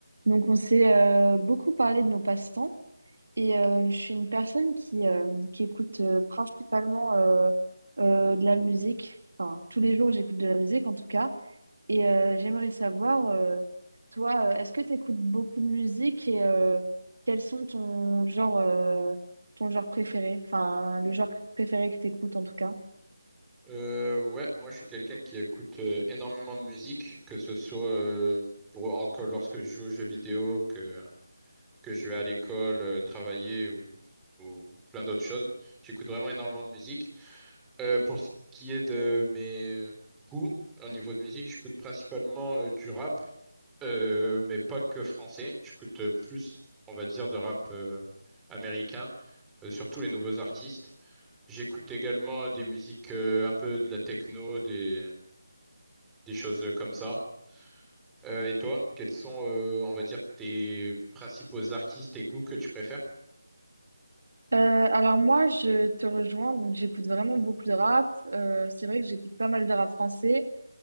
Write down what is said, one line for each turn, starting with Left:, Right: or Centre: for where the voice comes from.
Right: Donc, on s'est euh, beaucoup parlé de nos passe-temps et euh, je suis une personne qui, euh, qui écoute euh, principalement euh, euh, de la musique. Enfin, tous les jours, j'écoute de la musique en tout cas. Et euh, j'aimerais savoir, euh, toi, euh, est-ce que tu écoutes beaucoup de musique et euh, quels sont ton genre, euh, ton genre préféré? Enfin, le genre préféré que tu écoutes en tout cas.
Centre: Euh, ouais, moi je suis quelqu'un qui écoute euh, énormément de musique, que ce soit euh, pour, encore lorsque je joue aux jeux vidéo, que, que je vais à l'école, euh, travailler ou, ou plein d'autres choses. J'écoute vraiment énormément de musique. Euh, pour ce qui est de mes goûts au niveau de musique, j'écoute principalement euh, du rap, euh, mais pas que français. J'écoute euh, plus, on va dire, de rap euh, américain, euh, surtout les nouveaux artistes. J'écoute également des musiques euh, un peu de la techno, des, des choses comme ça. Euh, et toi, quels sont, euh, on va dire, tes principaux artistes et goûts que tu préfères?
Right: Euh, alors moi, je te rejoins, donc j'écoute vraiment beaucoup de rap. Euh, c'est vrai que j'écoute pas mal de rap français.